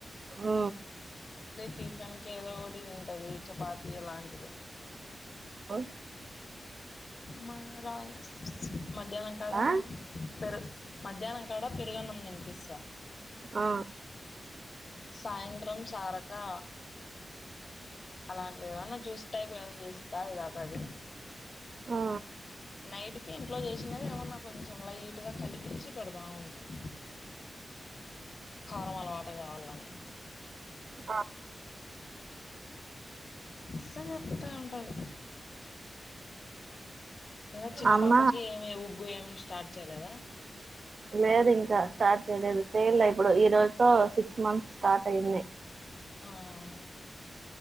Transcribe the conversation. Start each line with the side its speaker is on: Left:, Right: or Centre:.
Right: మ్
Left: టిఫిన్కి ఏదో ఒకటి తింటది, చపాతి అలాంటిది.
Right: అ
Left: మా రా మధ్యాహ్నం కాడ
Right: ఆ
Left: పెరుగ్ మధ్యాహ్నం కాడ పెరుగన్నం తినిపిస్తా.
Right: ఆ
Left: సాయంత్రం సారకా. అలాంటివి ఏమన్నా జ్యూస్ టైపు ఏమన్న చేస్తే తాగుతది
Right: ఆ
Left: నైట్ కి ఇంట్లో చేసినది ఏమన్నా కొంచెం లైట్ గా కలిపించి పెడతా ఉంటాయి కారం అలవాటు కావాలని.
Right: ఆ
Left: నస చెప్తా ఉంటది. ఇంకా చిన్న
Right: అమ్మ
Left: పాపకి ఏమి ఉగ్గు, ఏమి స్టార్ట్ చేయలేదా.
Right: లేదు ఇంకా స్టార్ట్ చేయలేదు సేల్ అయి, ఇప్పుడు ఈ రోజుతో సిక్స్ మంత్స్ స్టార్ట్ అయినాయి.
Left: ఆహ్...